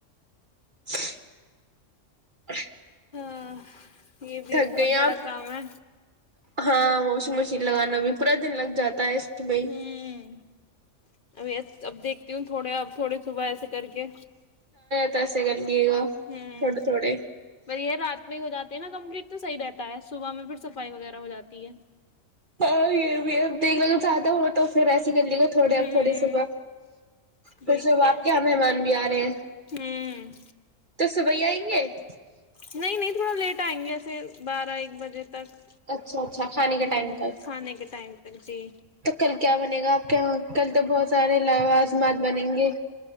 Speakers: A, on the right; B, on the left.
A: <inaudible>
B: ہاں یہ بھی
A: تھک
B: ایک بہت
A: گئی ہیں آپ
B: بڑا کام ہے
A: ہاں موسم لگانا بھی پورا دن لگ جاتا ہے میں
B: ہوں اب اب دیکھتی ہوں تھوڑے اب تھوڑ صبح ایسے کر کے
A: تو ایسے گ ے گا
B: ہوں
A: تھوڑے تھوڑے
B: پر یہ رات میں ہی ہو جاتی نا کمپلیٹ تو صحی رہتا ہے صبح میں پھر صفائی وغیرہ ہو جاتی ہے
A: ہاں یہب دیکھ ل چاہد ہو تو پھر ایسے ای کر لی گا تھوڑے
B: ہوں
A: تھوڑے صبح پھر
B: دیکھتے
A: صبح
B: ہیں
A: آپ کے یہاں مہمان بھی آ رہے ہیں
B: ہوں
A: تو صبح ہی آئیں گے <inaudible>
B: نہیں نہیں تھوڑا لیٹ آئیں گے ایسے بارہ ایک بجے تک
A: اچھا اچھا کھانے کے
B: ہوں
A: ٹائم تک
B: کھانے کے ٹائم تک جی
A: تو کل کیا بنے گا آپ کے یہاں کل تو بہت سارے لوازمات بنیں گے